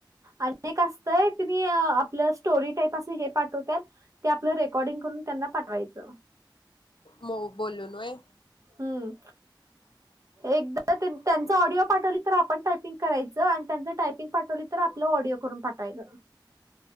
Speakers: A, on the right; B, on the left.
A: अनेक असतय ती मी आपलं स्टोरी टाईप असं हे पाठवत्यात ते आपलं रेकॉर्डिंग करून त्यांना पाठवायचं.
B: मी बोलून होय?
A: हम्म.
B: <inaudible>
A: एकदा त्यांच ऑडिओ पाठवली तर आपण टायपिंग करायचं, आणि त्यांचं टायपिंग पाठवली तर आपलं ऑडिओ करून पाठवायचं.